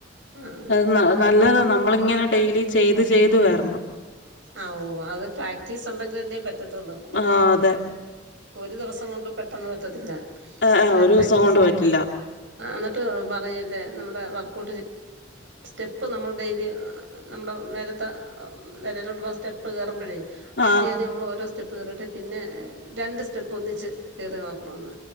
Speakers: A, on the right; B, on the left.
A: ആഹ്
B: അത് ന നല്ലതാ നമ്മള് ഇങ്ങനെ ഡെയിലി ചെയ്ത് ചെയ്ത് വര്ണം.
A: ആഹ് ഓഹ് അത് പ്രാക്ടീസ് ഉണ്ടെങ്കിലല്ലേ പറ്റത്തുള്ളൂ അല്ലാതേ
B: ആഹ് അതെ
A: ഒരു ദിവസം കൊണ്ട് പെട്ടെന്ന് പറ്റത്തില്ല.
B: ഏഹ്
A: അത്രയും
B: ഏഹ് ഒരു ദിവസം
A: പ്രാക്ടീസ്
B: കൊണ്ട് പറ്റില്ല
A: ആഹ് ന്നട്ട് പറയല്ലേ നമ്മുടെ വർക്ക്ഔട്ട് ചെ സ്റ്റെപ്പ് നമ്മൾ ഡെയിലി നമ്മള് മേലത്തെ നിലയിലോട്ട് പോണ സ്റ്റെ പ്പ് കേറുമ്പഴേ ആദ്യം
B: ആഹ്
A: ആദ്യ നമ്മൾ ഓരോ സ്റ്റെ പ്പ്‌ കേറിട്ട് പിന്നെ രണ്ട് സ്റ്റെപ്പ്‌ ഒന്നിച്ച് കേറി നോക്കണന്ന്.